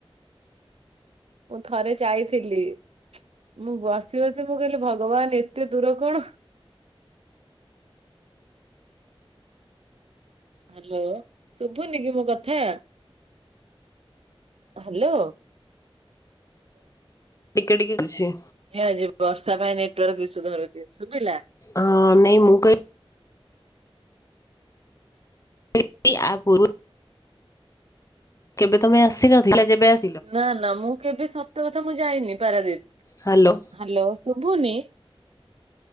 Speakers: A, on the right; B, on the left.
A: ମୁଁ ଥରେ ଯାଇଥିଲି। ମୁଁ ବସି ବସି ମୁଁ କହିଲି ଭଗବାନ୍ ଏତେ ଦୂର କଣ। ହାଲୋ ଶୁଭୁନିକି ମୋ କଥା? ହାଲୋ।
B: ଟିକେ ଟିକେ ଅଛି।
A: ହେ ଆଜି ବର୍ଷା ପାଇଁ ନେଟୱାର୍କ ଇସୁୁ ଧରୁଚି ଶୁବିଲା?
B: ହଁ ନାଇଁ ମୁଁ କ ମୁଁ ଆ ପୂର୍ବରୁ କେବେ ତମେ ଆସିନଥିଲ ଯେବେ ଆ
A: ନା ନା ମୁଁ କେବେ ସତ କଥା ମୁଁ ଯାଇନି ପାରାଦ୍ୱୀପ।
B: ହାଲୋ।
A: ହାଲୋ ଶୁଭୁନି